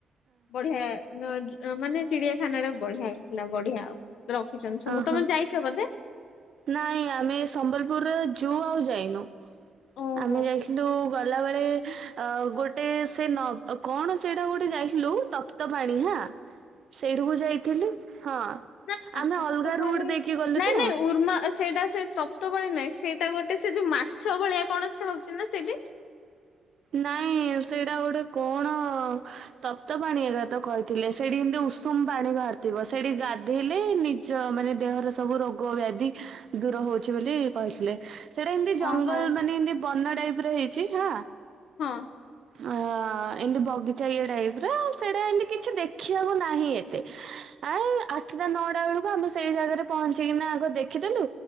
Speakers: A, on the left (about 80°); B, on the right (about 50°).
A: ବଢିଆ! ଯ ଯ ମାନେ, ଚିଡିଆଖାନାଟା ବଢିଆ ହେଇଥିଲା, ବଢିଆ ଆଉ। ରଖିଛନ୍ତି। ସମୁ
B: ଓହୋ।
A: ତମେ ଯାଇଛ ବଧେ!
B: ନାଇଁ, ଆମେ ସମ୍ବଲପୁରରେ ଯୁ ଆଉ ଯାଇନୁ।
A: ଓହୋ
B: ଆମେ ଯାଇ କିନ୍ତୁ, ଗଲାବେଳେ ଅ ଗୋଟେ ସେ ନ କଣ ସେଇଟା ଗୋଟେ ଯାଇଥିଲୁ? ତ ତପ୍ତପାଣି ହାଁ, ସେଇଠିକୁ ଯାଇଥିଲି। ହଁ
A: ନାଁ
B: ଆମେ
A: ତପ୍ତପାଣି,
B: ଅଲଗା ରୁଟ ଦେଇକି ଗଲୁ
A: ନାଇଁ
B: ତ
A: ନାଇଁ ଉର୍ମା ଅ ସେଇଟା ସେ ତପ୍ତପାଣି ନାଇଁ। ସେଇଟା ଗୋଟେ ସେ ଯୋଉ ମାଛ ଭଳିଆ କଣ ଛାଉଛି ନା ସେଇଠି?
B: ନାଇଁ ସେଇଡ଼ା ଗୋଟେ କଣ? ତପ୍ତପାଣି ଏକା ତ କହିଥିଲେ, ସେଡ଼ି ଏମିତି ଉଷୁମ ପାଣି ବାହାରିଥିବ, ସେଡ଼ି ଗାଧେଇଲେ ନିଜ୍ ଚ ମାନେ ଦେହର ସବୁ ରୋଗ ବ୍ୟାଧି ଦୂର ହଉଛି ବୋଲି କହିଥିଲେ। ସେଇଟା ହେମିତି ଜଙ୍ଗଲ
A: ଓହୋ
B: ମାନେ, ଏମିତି ବନ ଟାଇପ୍ ର ହେଇଛି, ହାଁ।
A: ହଁ।
B: ଆଁ-ଅ। ଅଁ ଏମିତି ବଗିଚା ଇଏ ଟାଇପ୍ ର, ସେଟା ଏମିତି କିଛି ଦେଖିବାକୁ ନାହିଁ ଏତେ। ଆଉ ଆଠଟା ନଅଟା ବେଳକୁ ଆମେ ସେଇ ଜାଗାରେ ପହଞ୍ଚିକିନା, ଆଗ ଦେଖିଦେଲୁ,